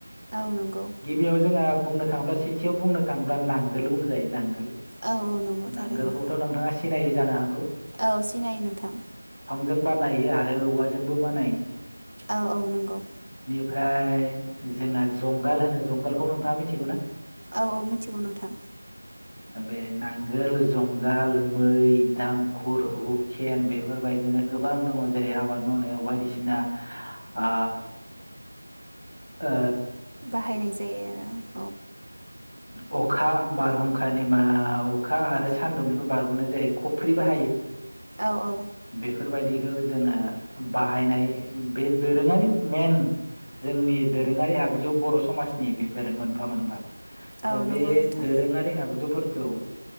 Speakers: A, on the right; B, on the left.
A: औ नंगौ
B: गिबियाव जोंहा बुंनो थाङोब्ला सेथियाव बुंनो थाङोब्ला नांगोल बुंजायो नांगोल
A: औ औ नंगौ थारैनो
B: नांगोलखौथ' नोंथाङा सिनायै जानो हागौ
A: औ सिनायो नोंथां
B: जों बानायो आरो औवाजोंबो बानायो।
A: औ औ नंगौ
B: फ्राय जोंना जं गाल होनो जंगालखौ नोंथाङा मिथिगौना?
A: औ औ मिथिगौ नोंथां
B: बे नांगोल जुंगाल मै दांखुर हुखेन बेफोरबायदिनो गोबां दङ जेरै आबाद मावनायाव बायदिसिना अ ओ
A: बाहायनाय जायो ओ
B: उ अखा बारहुंखानि मा अखा आरो सानदुंनिफ्राय बारग'नो जेरै खफ्रि बाहायो।
A: औ औ
B: बेफोरबादि खौ जोङो बाहायनाय बे दोरोङारि मेन जोंनि दोरोङारि आगजु बर' समाजनि बेफोर मोनफा दा
A: औ
B: बे
A: नंगौ नोंथां
B: दोरोङारि आगजुफोर। खौ